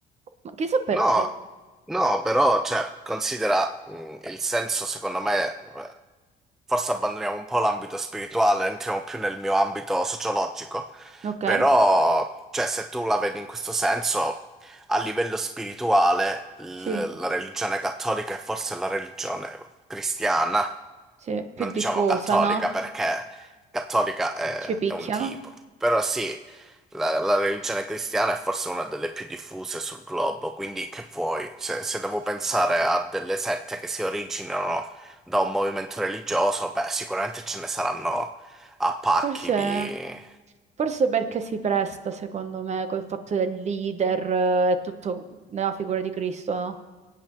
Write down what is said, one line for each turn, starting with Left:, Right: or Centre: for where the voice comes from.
Right: Ma chissà perché.
Centre: No, no, però, cioè, considera, mh, il senso, secondo me, eh, forse abbandoniamo un po' l'ambito spirituale, entriamo più nel mio ambito sociologico,
Right: Ok,
Centre: però, cioè, se tu la vedi in questo senso, a livello spirituale, l-
Right: sì,
Centre: la religione cattolica è forse la religione cristiana
Right: sì, più
Centre: non
Right: diffusa,
Centre: diciamo cattolica
Right: no?
Centre: perché cattolica è,
Right: Ci picchiano.
Centre: è un tipo, però sì, la, la religione cristiana è forse una delle più diffuse sul globo, quindi che vuoi? Se, se devo pensare a delle sette che si originano da un movimento religioso, beh, sicuramente ce ne saranno a pacchi
Right: Forse,
Centre: di...
Right: forse perché si presta, secondo me, col fatto del leader eh, e tutto nella figura di Cristo, no?